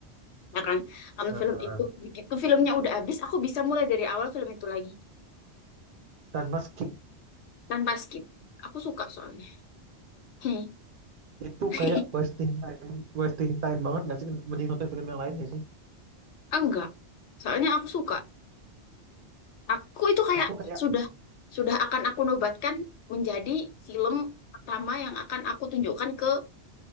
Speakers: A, on the left (about 75°); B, on the right (about 55°).
A: ya kan? Nonton
B: Heeh.
A: film itu, begitu filmnya udah habis, aku bisa mulai dari awal film itu lagi,
B: Tanpa skip
A: tanpa skip. Aku suka soalnya. Hmm.
B: itu
A: <laughs>
B: kayak wasting time, wasting time banget nggak sih? Mending nonton film yang lain nggak sih?
A: Enggak. Soalnya aku suka. Aku itu kayak
B: Aku kayak
A: sudah sudah akan aku nobatkan menjadi film pertama yang akan aku tunjukkan ke